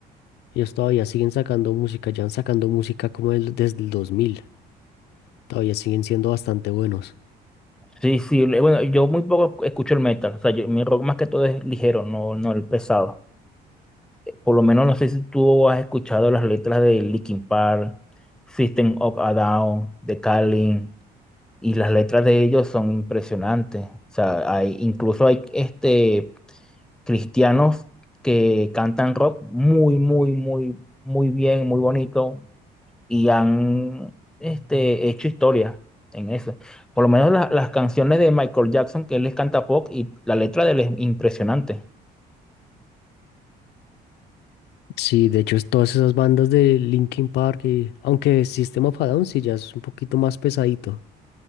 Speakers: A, on the left; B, in the centre.
A: Ellos todavía siguen sacando música, ya han sacando música como el- desde el 2000, todavía siguen siendo bastante buenos.
B: Sí, sí, le- bueno, yo muy poco escucho el metal, o sea, yo- mi rock más que todo es ligero, no, no el pesado. Por lo menos no sé si tú has escuchado las letras de Linkin Park, System of a Down, de Calling. Y las letras de ellos son impresionantes. O sea, hay, incluso hay este, cristianos que cantan rock muy, muy, muy, muy bien, muy bonito, y han este, hecho historia en eso. Por lo menos la- las canciones de Michael Jackson, que él les canta pop, y la letra de él es impresionante.
A: Sí, de hecho, es todas esas bandas de Linkin Park y aunque System of a Down sí ya es un poquito más pesadito.